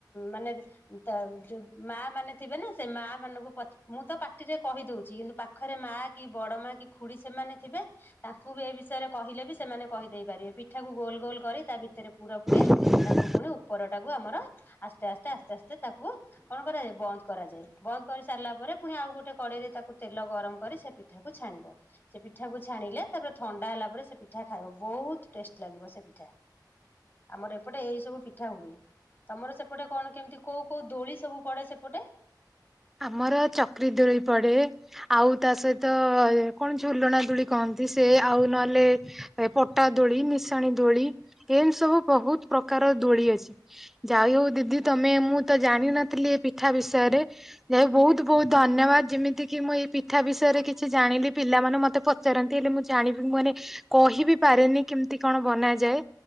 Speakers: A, on the left; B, in the centre.
A: ମାନେ ତ ଯୋଉ ମା ମାନେ ଥିବ ନା ସେ ମା ମାନଙ୍କୁ ମୁଁ ତ ପାଟିରେ କହି ଦଉଛି କିନ୍ତୁ ପାଖରେ ମାଆ କି ବଡ଼ ମା କି ଖୁଡ଼ି ସେମାନେ ଥିବେ? ତାଙ୍କୁ ବି ଏ ବିଷୟରେ କହିଲେ ବି ସେମାନେ କହିଦେଇ ପାରିବେ ପିଠାକୁ ଗୋଲ ଗୋଲ କରି ତା ଭିତରେ ପୁର ପୁରେଇ
B: <unintelligible>
A: କୁ ପୁଣି ଉପରଟାକୁ ଆମର ଆସ୍ତେ ଆସ୍ତେ ଆସ୍ତେ ଆସ୍ତେ ତାକୁ କଣ କରାଯାଏ ବନ୍ଦ କରାଯାଏ ବନ୍ଦ କରି ସାରିଲା ପରେ ପୁଣି ଆଉ ଗୋଟେ କଡେଇରେ ତାକୁ ତେଲ ଗରମ କରି ସେ ପି ପିଠାକୁ ଛାଣିବ। ସେ ପିଠାକୁ ଛାଣିଲେ ତାପରେ ଥଣ୍ଡା ହେଲା ପରେ ସେ ପିଠା ଖାଇବ ବହୁତ ଟେଷ୍ଟ ଲାଗିବ ସେ ପିଠା। ଆମର ଏପଟେ ଏଇ ସବୁ ପିଠା ହୁଏ ତମର ସେପଟେ କଣ କେମିତି କୋଉ କୋଉ ଦୋଳି ସବୁ ପଡେ ସେପଟେ?
B: ଆମର ଚକ୍ରୀ ଦୋଳି ପଡେ। ଆଉ ତା ସହିତ କଣ ଝୁଲଣା ଦୋଳି କହନ୍ତି ସେ ଆଉ ନହେଲେ ଏ, ପଟା, ଦୋଳି, ମିଶାଣି, ଦୋଳି, ଏମିତି ସବୁ ବହୁତ ପ୍ରକାର ଦୋଳି ଅଛି। ଯାଉ ହଉ ଦିଦି ତମେ ମୁଁ ତ ଜାଣିନଥିଲି ଏ ପିଠା ବିଷୟରେ? ଯାଇ ବହୁତ ବହୁତ ଧନ୍ୟବାଦ ଯେମିତି କି ମୁଁ ଏଇ ପିଠା ବିଷୟରେ କିଛି ଜାଣିଲି ପିଲାମାନେ ମତେ ପ ପଚାରନ୍ତି ହେଲେ ମୁଁ ଜାଣିବି ମୁଁ ମାନେ କହିବି ପାରେନି କେମିତି କଣ ବନାଯାଏ?